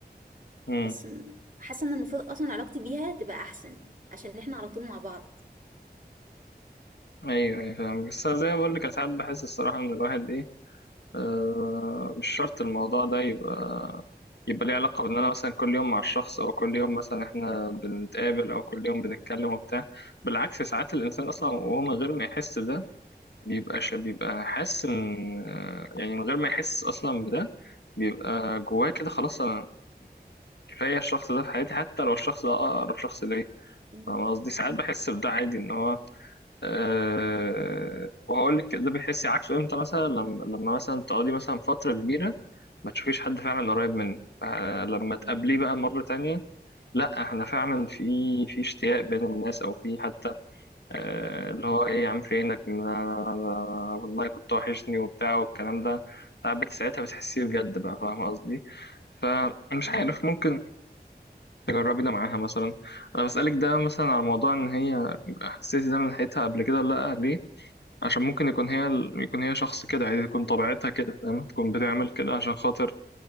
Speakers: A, on the left; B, on the right.
A: مم.
B: بس م- حاسة ان المفروض اصلا علاقتي بيها تبقى احسن عشان احنا على طول مع بعض
A: ايوه ايوه فاهم بس زي ما بقول لك ساعات بحس الصراحة ان الواحد ايه آه، مش شرط الموضوع ده يبقى يبقى ليه علاقة بإن أنا مثلا كل يوم مع الشخص أو كل يوم مثلا إحنا بنتقابل أو كل يوم بنتكلم وبتاع بالعكس ساعات الإنسان أصلا وهو من غير ما يحس ده بيبقى ش- بيبقى حاسس إن آه، يعني من غير ما يحس أصلا بده بيبقى جواه كده خلاص أنا كفاية الشخص ده في حياتي حتى لو الشخص ده أقرب شخص ليا
B: مم.
A: فاهم قصدي ساعات بحس بده عادي إن هو أه وهقول لك ده بتحسي عكسه امتى مثلا لما لما مثلا تقعدي مثلا فترة كبيرة ما تشوفيش حد فعلا قريب منك أه لما تقابليه
B: مم.
A: بقى مرة تانية لا احنا فعلا في في اشتياق بين الناس او في حتى أه اللي هو ايه يا عم فينك أنا- أنا- أنا والله كنت وحشني وبتاع والكلام ده قعدت ساعتها بتحسيه بجد بقى فاهمة قصدي فمش
B: مم.
A: عارف ممكن تجربي ده معاها مثلا انا بسألك ده مثلا على موضوع ان هي حسيتي ده من ناحيتها قبل كده ولا لا ليه عشان ممكن يكون هي يكون هي شخص كده عادي تكون طبيعتها كده فاهم تكون بتعمل كده عشان خاطر